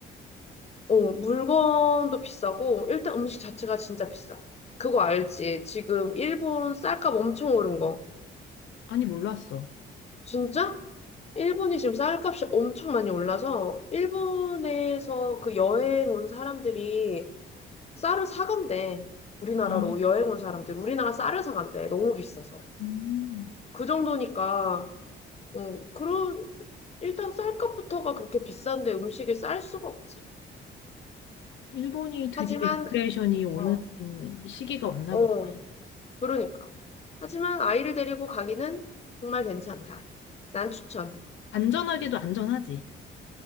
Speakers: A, on the left; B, on the left.
A: 어, 물건도 비싸고, 일단 음식 자체가 진짜 비싸. 그거 알지? 지금 일본 쌀값 엄청 오른 거.
B: 아니, 몰랐어.
A: 진짜? 일본이 지금 쌀값이 엄청 많이 올라서, 일본에서 그 여행 온 사람들이 쌀을 사간대. 우리나라로
B: 아,
A: 여행 온 사람들. 우리나라 쌀을 사간대. 너무 비싸서.
B: 음.
A: 그 정도니까, 음, 그런, 일단 쌀값부터가 그렇게 비싼데 음식을 쌀 수가 없지.
B: 일본이 드디어
A: 하지만,
B: 인플레이션이 오는
A: 어,
B: 시기가 왔나
A: 어.
B: 보다.
A: 그러니까. 하지만 아이를 데리고 가기는 정말 괜찮다. 난 추천.
B: 안전하게도 안전하지.